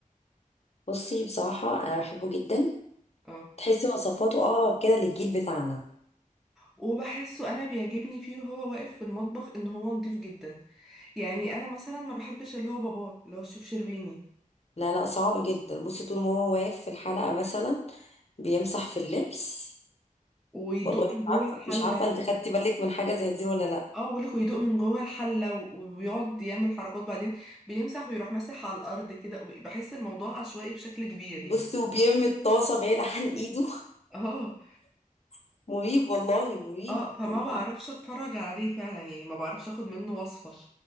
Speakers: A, on the left; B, in the centre.
A: بصي بصراحة أنا بحبه جدا
B: اه
A: تحسي وصفاته أقرب كده للجيل بتاعنا
B: وبحسه انا بيعجبني فيه وهو واقف في المطبخ ان هو نضيف جدا يعني انا مثلا ما بحبش اللي هو باباه اللي هو الشيف شربيني
A: لا لا صعب جدا بصي طول ما هو واقف في الحلقة مثلا بيمسح في اللبس
B: ويدوق
A: والله مش
B: من جوه
A: عارفة
B: الحله
A: مش عارفة أنت خدتي بالك من حاجة زي دي ولا لأ
B: اه بالك ويدوق من جوه الحلة و- ويقعد يعمل حركات بعدين بيمسح ويروح ماسح على الأرض كده بحس الموضوع عشوائي بشكل كبير يعني
A: بصي وبيرمي الطاسة بعيد عن إيده
B: اه
A: <laughs> مريب والله مريب
B: اه فما
A: مريب
B: بعرفش اتفرج عليه فعلا يعني ما بعرفش اخد منه وصفة